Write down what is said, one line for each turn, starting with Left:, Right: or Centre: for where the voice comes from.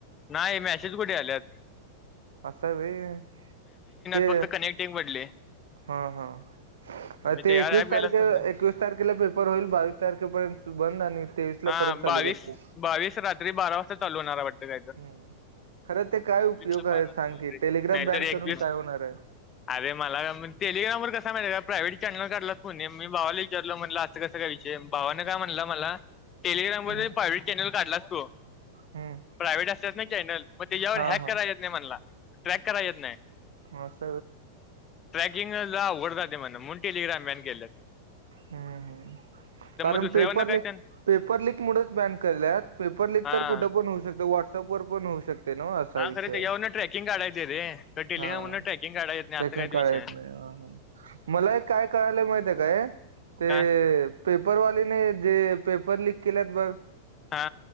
Left: नाही मीसेच कुठे आलेत.
Right: असं बा ते
Left: फक्त कनेक्टिंग पडले
Right: हा हा
Left: मी
Right: ते
Left: यार
Right: एकवीस
Left: ऍप
Right: तारखे
Left: गेलाच पण नाही
Right: एकवीस तारखेला पेपर होईल बावीस तारखेपर्यंत त बंद आणि तेवीस ला
Left: हा
Right: परत चालू
Left: बावीस
Right: करतील
Left: बावीस रात्री बारा वाजता चालू होणार वाटत काय तर
Right: हम्म खरं ते काय उपयोग
Left: ला
Right: आहे
Left: बारा वाज
Right: सांग की टेलिग्राम
Left: नाहीतर
Right: बॅन
Left: एक
Right: करून
Left: दिस
Right: काय होणार आहे
Left: अरे मला टेलिग्राम वर कसा म का प्रायव्हेट चॅनल काढलाच कोणी मी भावाला विचारलं म्हटलं असं कसं काय विषय भावानं काय म्हणला मला टेलिग्राम व
Right: हम्म
Left: प्रायव्हेट चॅनल काढला अस तो
Right: हम्म
Left: प्रायव्हेट असतात ना चॅनल मे यववर
Right: हा
Left: हॅका
Right: हा
Left: काररगयत निे मलला ट्रॅक करा येत नाही.
Right: म स
Left: ट्रॅकिंगला ओरतात ते म्ह मुन टेलिग्रामन केलेत
Right: हम्म हम् कारण
Left: दुसऱ्यावर
Right: पेपरले
Left: काय त्यान
Right: पेपर लिक मुच बॅन केल्या आहेत पेपर लिक
Left: हा
Right: तर कुठे पण होऊ शकतं व्हॉट्सअपवर पण होऊ शकते. ना असा
Left: हा
Right: विषय
Left: खरे त्याच्यावरून
Right: आहे
Left: ट्रेकिंग काढायचं रे टेलिंग्राहन
Right: हा
Left: ट्रेकिंग काढायेत नाही
Right: त्याच्याने
Left: असं काही
Right: काय
Left: विषय
Right: येत नाही हा हा मला एक काय कळालंय माहितीय काय ते
Left: का
Right: पेपरवालीने जे पेपर लिक केलेत बघ
Left: हा